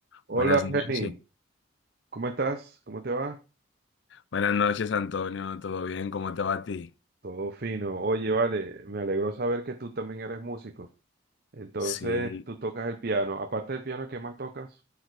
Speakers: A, on the right (about 50°); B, on the left (about 60°).
A: Hola
B: Buenas noches.
A: Jenny, ¿cómo estás? ¿Cómo te va?
B: Buenas noches, Antonio. ¿Todo bien? ¿Cómo te va a ti?
A: Todo fino. Oye, vale, me alegró saber que tú también eres músico. Entonces,
B: Sí,
A: tú tocas el piano. Aparte del piano, ¿qué más tocas?